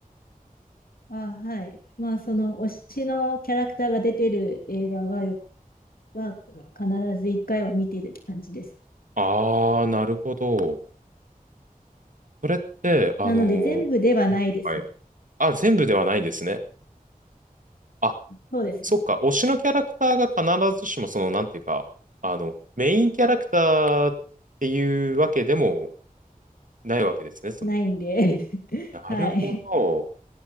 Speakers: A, on the left (about 75°); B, on the right (about 60°).
A: あ、はい。まあ、その推しのキャラクターが出てる映画はよく、は必ず一回は見てるって感じです。
B: あー、なるほど。それって、あのー
A: なので、全部ではないですね。
B: はい。あ、全部ではないんですね。あ、
A: そうです。
B: そっか、推しのキャラクターが必ずしもその、なんていうか、あの、メインキャラクターっていうわけでもないわけですね。その、
A: ないんで <laughs>
B: なるほど。
A: はい。